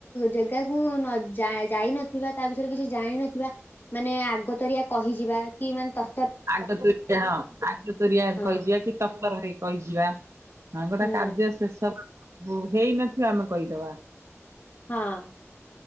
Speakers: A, on the left; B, on the right.
A: ଜେଗା କୁ ନ ଯା ଯାଇ ନ ଥିବା ତା ବିଷୟରେ କିଛି ଜାଣିନଥିବା ମାନେ ଆଗତରିଆ କହିଯିବା କି ମାନେ ତା
B: ଆଗ ତୁର ହଁ! ଆଗ ତୁରିଆ
A: ହଁ
B: କହିଯିବା କି ତରତର ହେଇ କହିଯିବା। ହଁ! ଗୋଟେ
A: ହୁଁ
B: କାର୍ଯ୍ୟ ଶେଷ ହୋ ହେଇନଥିବା ଆମେ କହିଦବା।
A: ହଁ!